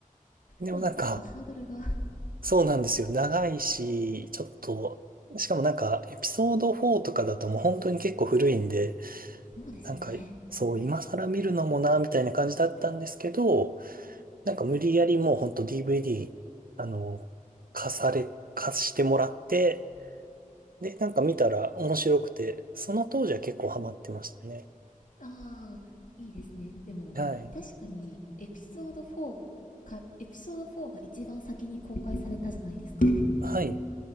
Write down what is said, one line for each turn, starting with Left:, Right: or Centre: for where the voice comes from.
Right: でもなんか、
Left: そうですちょっとハードルが
Right: そうなんですよ。長いし、ちょっと、しかもなんか、エピソード4とかだともう本当に結構古いんで、
Left: そうですね
Right: なんか、そう、今更見るのもな、みたいな感じだったんですけど、なんか無理やりもう本当 DVD、あの、貸され、貸してもらって、で、なんか見たら面白くて、その当時は結構ハマってましたね。
Left: ああいいですねでも確かにエピソードフォーかエピソード4が一番先に公開されたじゃないですか
Right: はい。はい。